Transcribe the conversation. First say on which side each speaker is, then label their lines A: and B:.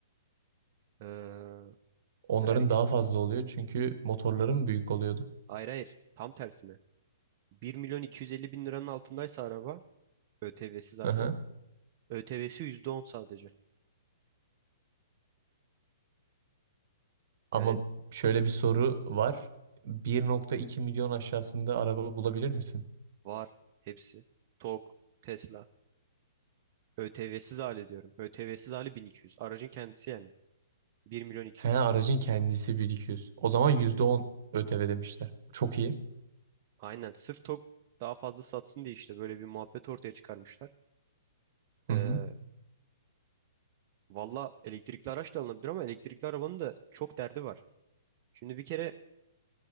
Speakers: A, on the right; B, on the right.
A: Ee,
B: onların
A: vergisi.
B: daha fazla oluyor çünkü motorların büyük oluyordu.
A: Hayır hayır. Tam tersine. Bir milyon 250 bin liranın altındaysa araba ÖTV'siz hali.
B: <laughs>
A: ÖTV'si %10 sadece.
B: Ama
A: Yani
B: şöyle bir soru var. Bir nokta iki milyon aşağısında araba bulabilir misin?
A: var hepsi. TOG, Tesla. ÖTV'siz hali diyorum. ÖTV'siz hali bin iki yüz Aracın kendisi yani. bir milyon iki
B: He
A: yüz
B: aracın kendisi 1.200. O zaman %10 ÖTV demişler. Çok iyi.
A: Aynen. Sırf TOG daha fazla satsın diye işte böyle bir muhabbet ortaya çıkarmışlar.
B: Hı
A: Ee,
B: hı.
A: valla elektrikli araç da alınabilir ama elektrikli arabanın da çok derdi var. Şimdi bir kere